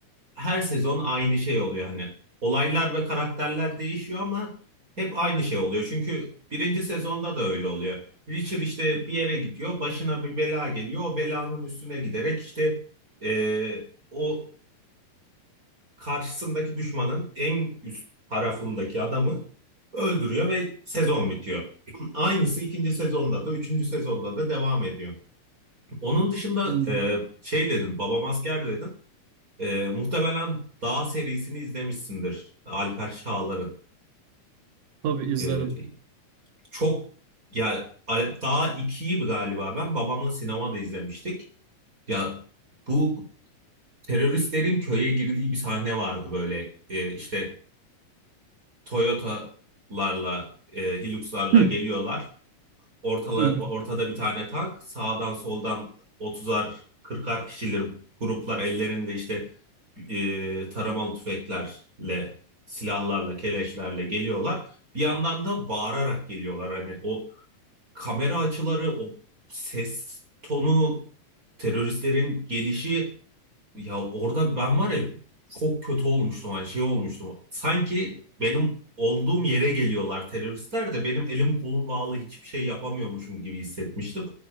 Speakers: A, on the right; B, on the right.
A: her sezon aynı şey oluyor hani olaylar ve karakterler değişiyor ama hep aynı şey oluyor. Çünkü birinci sezonda da öyle oluyor. Witcher işte bir yere gidiyor başına bir bela geliyor o belanın üstüne giderek işte e, o karşısındaki düşmanın en üst tarafındaki adamı öldürüyor ve sezon bitiyor. <clears throat> <laughs> Aynısı ikinci sezonda da, üçüncü sezonda da devam ediyor. Onun dışında
B: Hmm,
A: e, şey dedin, Babam Asker dedin. E, muhtemelen Dağ serisini izlemişsindir. Alper Çağlar'ın.
B: Tabii
A: E,
B: izlerim.
A: çok ya A- Dağ 2'yi galiba ben babamla sinemada izlemiştik. Ya bu teröristlerin köye girdiği bir sahne vardı böyle. E, işte Toyota'larla, e, Hilux'larla
B: Hı.
A: geliyorlar. Ortala,
B: Evet.
A: ortada bir tane tank. Sağdan soldan otuzar, 40'ar kişiler, gruplar ellerinde işte e, taramalı tüfeklerle, silahlarla, keleşlerle geliyorlar. Bir yandan da bağırarak geliyorlar. Hani o kamera açıları, o ses tonu, teröristlerin gelişi ya orada ben var ya çok kötü olmuştum hani şey olmuştum. Sanki benim olduğum yere geliyorlar teröristler de benim elim kolum bağlı hiçbir şey yapamıyormuşum gibi hissetmiştim.